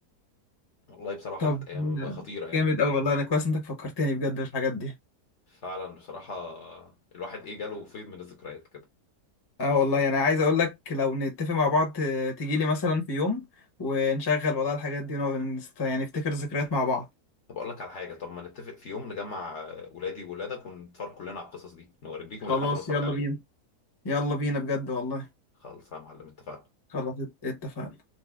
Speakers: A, on the left; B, on the left.
A: والله بصراحه
B: طب
A: كانت ايام
B: آه،
A: خطيره يعني
B: جامد أوي والله أنا كويس إنك فكرتني بجد بالحاجات دي
A: فعلا بصراحة الواحد ايه جاله فيض من الذكريات كده
B: اه والله يعني عايز أقول لك لو نتفق مع بعض آه، تجيلي مثلا في يوم ونشغل والله الحاجات دي ونقعد نست- يعني نفتكر ذكريات مع بعض
A: طب اقول لك على حاجة طب ما نتفق في يوم نجمع آه، ولادي وولادك ونتفرج كلنا على القصص دي نوريكم
B: خلاص
A: اللي احنا كنا بنتفرج
B: يلا
A: عليه
B: بينا يلا بينا بجد والله
A: خالص يا معلم اتفقنا
B: خلاص ات- اتفقنا